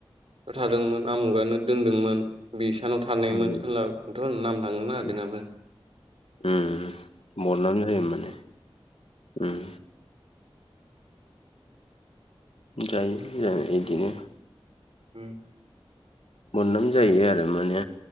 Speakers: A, on the right; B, on the left.
A: खोथादोंमोन आमुगानो दोनदोंमोन बिसानाव थानायमोन
B: उम
A: होनब्लाथ' नाम थाङोना
B: उम
A: बेनाबो
B: उम बरनाम जायो माने उम जायो जों इदिनो
A: उम
B: बोदनाम जायो आरो माने